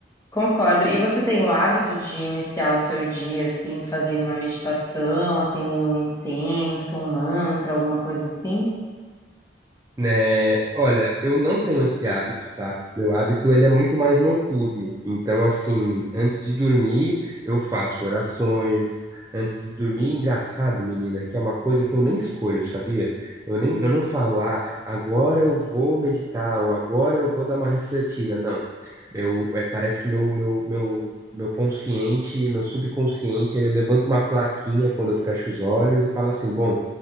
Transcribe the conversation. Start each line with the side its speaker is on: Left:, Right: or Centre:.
Left: concordo. E você tem o hábito de iniciar o seu dia assim, fazendo uma meditação, acendendo um incenso, um mantra, alguma coisa assim?
Right: Né, olha, eu não tenho esse hábito, tá? Meu hábito, ele é muito mais noturno. Então, assim, antes de dormir, eu faço orações. Antes de dormir, engraçado, menina, que é uma coisa que eu nem escolho, sabia? Eu nem, eu não falo, ah, agora eu vou meditar ou agora eu vou dar uma refletida. Não. Meu, é, parece que meu, meu, meu, meu consciente, meu subconsciente, ele levanta uma plaquinha quando eu fecho os olhos e fala assim, bom,